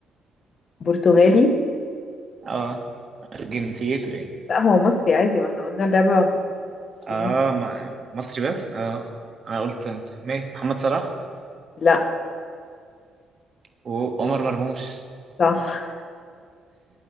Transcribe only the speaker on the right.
اه جنسيته ايه
اه ما- مصري بس اه انا قلت انت ماشي محمد صلاح
وعمر مرموش